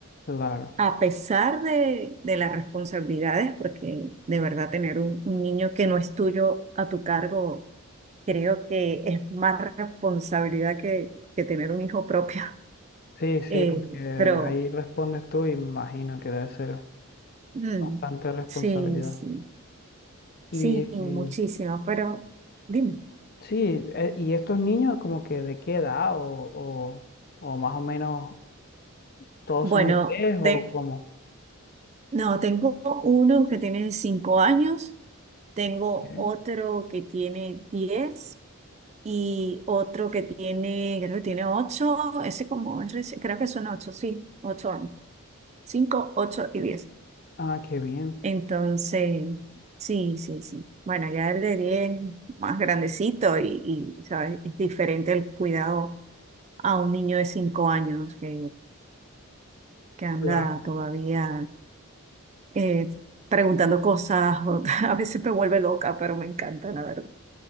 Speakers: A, on the left (about 45°); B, on the right (about 30°).
A: claro.
B: A pesar de, de las responsabilidades, porque de verdad tener un, un niño que no es tuyo a tu cargo, creo que es más responsabilidad que, que tener un hijo propio. <laughs>
A: Sí, sí,
B: Eh,
A: porque
B: pero
A: ahí respondes tú y me imagino que debe ser
B: mm,
A: bastante responsabilidad.
B: sí, sí.
A: Y,
B: Sí, muchísimo,
A: y
B: pero dime.
A: sí, eh, ¿y estos niños como que de qué edad o, o, o más o menos todos
B: Bueno,
A: son bebés o
B: te-
A: cómo?
B: no, tengo uno que tiene cinco años, tengo
A: Ok.
B: otro que tiene 10 y otro que tiene, creo que tiene ocho, ese como, es reci- creo que son ocho, sí, ocho años, Cinco, ocho y 10.
A: Ah, qué bien.
B: Entonces, sí, sí, sí. Bueno, ya el de 10, más grandecito y, y, ¿sabes? Es diferente el cuidado a un niño de cinco años que que anda
A: Claro.
B: todavía eh, preguntando cosas, o- <laughs> a veces me vuelve loca, pero me encanta, la verdad.